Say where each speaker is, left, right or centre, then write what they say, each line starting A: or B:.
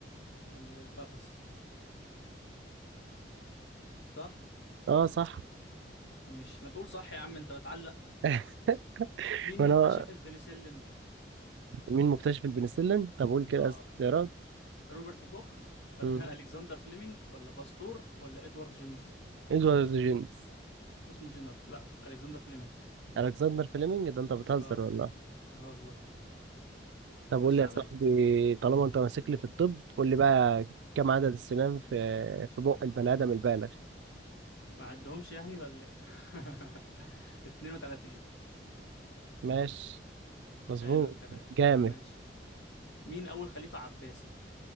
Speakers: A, on the left (about 75°); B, on the right (about 75°).
A: ال- الفخذ صح
B: اه صح
A: مش ما تقول صح يا عم انت بتعلق
B: <laughs>
A: مين
B: ما انا
A: مكتشف البنسلين
B: مين مكتشف البنسلين طب قول كده
A: اه
B: اختيارات
A: روبرت كوخ ولا
B: مم.
A: <laughs> الكسندر فليمنج ولا باستور ولا ادوارد جينز
B: ادوارد جينز
A: اسمه جينر لا الكسندر فليمنج
B: الكسندر فليمنج ده انت بتهزر
A: اه
B: والله
A: اه والله
B: طب
A: خش
B: قول لي يا
A: عليا
B: صاحبي طالما انت ماسك لي في الطب قول لي بقى كم عدد السنان في في بق البني ادم البالغ
A: ما عدهمش يعني ولا ايه <laughs> 32
B: ماشي مظبوط
A: حلو الكلام
B: جامد
A: ماشي مين أول خليفة عباسي